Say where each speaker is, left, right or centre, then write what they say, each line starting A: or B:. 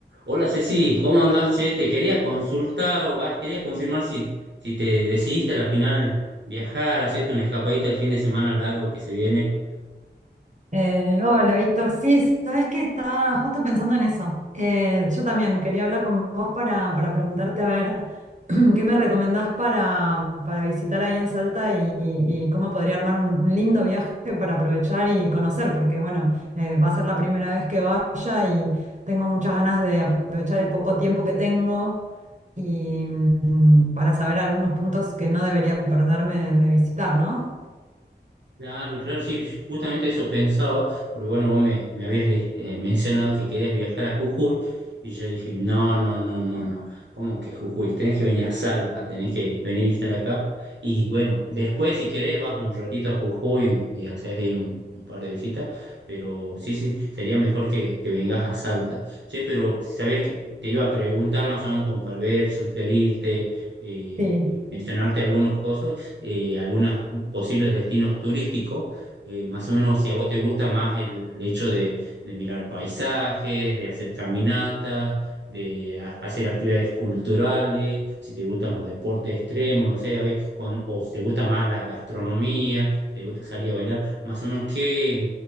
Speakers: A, on the right (about 70°); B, on the right (about 40°).
A: Hola Ceci, ¿cómo andás? Che, te quería consultar o vas, quería confirmar si, si te decidiste al final viajar, hacerte una escapadita el fin de semana largo que se viene.
B: Eh, hola, Víctor. Sí, sabes que estaba justo pensando en eso. Eh, yo también quería hablar con vos para, para preguntarte a ver <clears throat> qué me recomendás para, para visitar ahí en Salta y, y- y cómo podría armar un, un lindo viaje para aprovechar y conocer, porque bueno, eh, va a ser la primera vez que vaya y tengo muchas ganas de aprovechar el poco tiempo que tengo y mm, para saber algunos puntos que no debería perderme de visitar, ¿no?
A: Claro, claro, sí, justamente eso pensaba, porque bueno, vos me, me habías eh, mencionado que querías viajar a Jujuy, y yo dije, no, no, no, no, no, ¿cómo que Jujuy? Tenés que venir a Salta, tenés que venir a visitar acá, y bueno, después si querés vas un ratito a Jujuy y haces ahí un, un par de visitas, pero sí, sí, sería mejor que, que vengas a Salta. Che, pero sabés que te iba a preguntar más o menos como para ver, sugerirte, eh,
B: Sí.
A: y mencionarte algunas cosas, eh, algunas posibles destinos turísticos. eh, más o menos, si a vos te gusta más el, el hecho de, de mirar paisajes, de hacer caminatas, de ha- hacer actividades culturales, si te gustan los deportes extremos, no sé, a ver, con, o si te gusta más la gastronomía, si te gusta salir a bailar, más o menos, ¿qué,